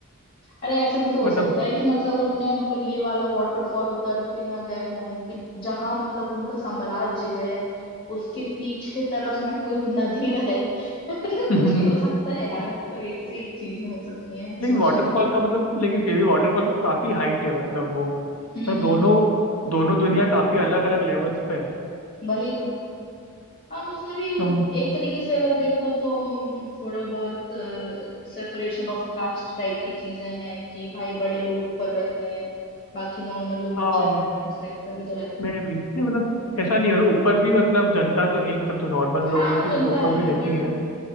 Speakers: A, on the left; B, on the left.
A: अरे ऐसे भी तो हो
B: मतलब
A: सकता है कि मतलब उनने मतलब ये वाला वाटरफॉल उतर के ना गए हो उनके जहां मतलब उनका साम्राज्य है उसके पीछे तरफ में कोई नदी बह रही <laughs> मतलब
B: <laughs>
A: कुछ भी हो सकता है यार मतलब एक से एक चीजें हो सकती हैं सोचने
B: लेकिन वाटरफॉल
A: में
B: का मतलब लेकिन फिर भी वाटरफॉल का काफी हाइट है मतलब वो मतलब
A: हम्म हम्म
B: दोनों
A: हम्म
B: दोनों दुनिया काफी अलग अलग लेवल्स पे है
A: वही तो हम उसमें भी
B: तुम
A: एक तरीके से अगर देखो तो थोड़ा बहुत सेपरेशन ऑफ कास्ट टाइप की चीजें हैं कि भाई बड़े लोग ऊपर रहते हैं बाकी नॉर्मल लोग नीचे
B: हाँ
A: रहते हैं इस टाइप का भी तो है
B: मैं भी नहीं मतलब ऐसा नहीं है ऊपर भी मतलब जनता तो है ही मतलब जो नॉर्मल
A: हाँ
B: लोग होती
A: हाँ, जनता
B: है वो तो ऊपर
A: है
B: भी रहती है